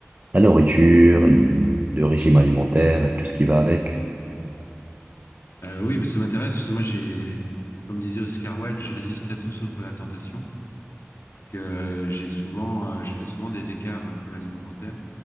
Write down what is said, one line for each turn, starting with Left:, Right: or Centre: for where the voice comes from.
Right: la nourriture, le le régime alimentaire et tout ce qui va avec.
Left: Euh, oui, ça m'intéresse parce que moi j'ai, comme disait Oscar Wilde, je résiste à tout sauf à la tentation. Donc euh, j'ai souvent, euh, je fais souvent des écarts un peu alimentaires.